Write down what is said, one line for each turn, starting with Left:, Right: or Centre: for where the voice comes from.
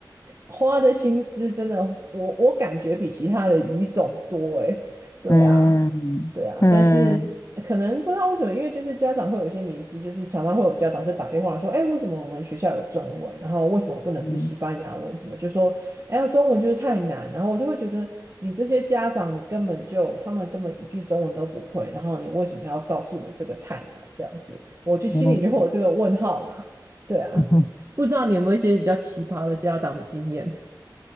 Right: 花的心思，真的，我我感觉比其他的语种多诶。对啊，
Left: 嗯嗯
Right: 对啊，但是可能不知道为什么，因为就是家长会有一些迷失，就是常常会有家长就打电话说，哎，为什么我们学校有中文，然后为什么不能是西班牙文什么，
Left: 嗯
Right: 就说，哎呀，中文就是太难，然后我就会觉得你这些家长，你根本就他们根本一句中文都不会，然后你为什么要告诉我这个太难这样子，我就心里就会有这个问号啦，
Left: 嗯。
Right: 对啊，
Left: 嗯 <laughs>
Right: 不知道你有没有一些比较奇葩的家长的经验？